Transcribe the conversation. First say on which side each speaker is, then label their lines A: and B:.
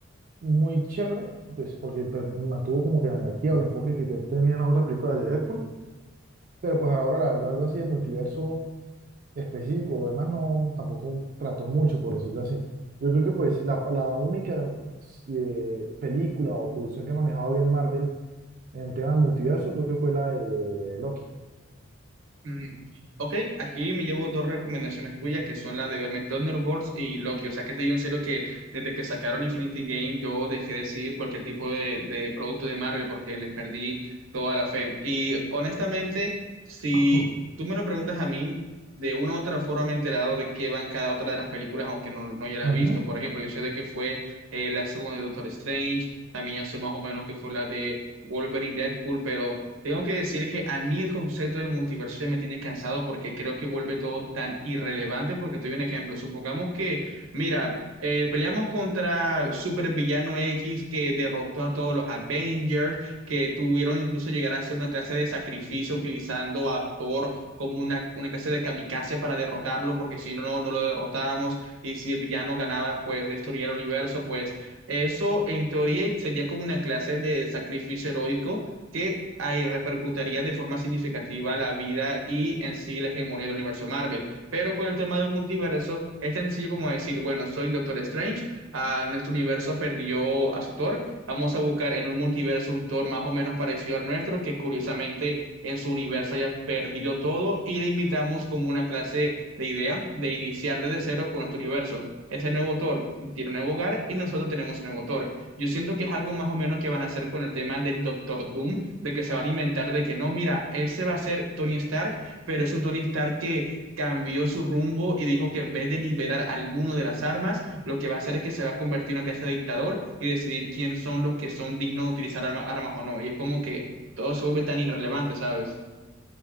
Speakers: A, on the right (about 45°); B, on the right (about 85°).
A: muy chévere, pues porque per- mantuvo como que la energía o el enfoque que ya tenían las otras películas de Deadpool, pero pues a la hora, la verdad, algo así de multiverso específico o demás no, tampoco trató mucho, por decirlo así. Yo creo que pues la, la única eh, película o producción que ha manejado bien Marvel en el tema de multiverso creo que fue la de Loki.
B: Mm, Ok, aquí me llevo dos recomendaciones tuyas que son la de verme Thunderbolts y Loki. O sea, que te digo en serio que desde que sacaron Infinity Game yo dejé de seguir cualquier tipo de, de producto de Marvel porque les perdí toda la fe. Y honestamente, si
A: Hmm.
B: tú me lo preguntas a mí, de una u otra forma me he enterado de qué van cada otra de las películas, aunque no, no ya las
A: Ujú.
B: he visto. Por ejemplo, yo sé de qué fue eh, la segunda de Doctor Strange, también ya sé más o menos que fue la de Wolverine Deadpool, pero tengo que decir que a mí el concepto del multiverso ya me tiene cansado porque creo que vuelve todo tan irrelevante. Porque te doy un ejemplo. Supongamos que, mira, eh, peleamos contra Supervillano X que derrotó a todos los Avengers, que tuvieron incluso llegar a hacer una clase de sacrificio utilizando a Thor como una, una clase de kamikaze para derrotarlo, porque si no, no lo derrotábamos. Y si el villano ganaba, pues destruía el universo, pues. Eso, en teoría, sería como una clase de sacrificio heroico que ahí repercutiría de forma significativa la vida y en sí la hegemonía del universo Marvel. Pero con el tema del multiverso, es tan sencillo como decir, bueno, soy Doctor Strange, ah, nuestro universo perdió a su Thor, vamos a buscar en un multiverso un Thor más o menos parecido al nuestro, que curiosamente en su universo haya perdido todo, y le invitamos como una clase de idea de iniciar desde cero con nuestro universo. Ese nuevo autor tiene un nuevo hogar y nosotros tenemos un nuevo autor. Yo siento que es algo más o menos que van a hacer con el tema del Doctor Doom, de que se van a inventar de que no, mira, ese va a ser Tony Stark, pero es un Tony Stark que cambió su rumbo y dijo que en vez de liberar al mundo de las armas, lo que va a hacer es que se va a convertir en una clase de dictador y decidir quién son los que son dignos de utilizar arma- armas o no. Y es como que todo se vuelve tan irrelevante, ¿sabes?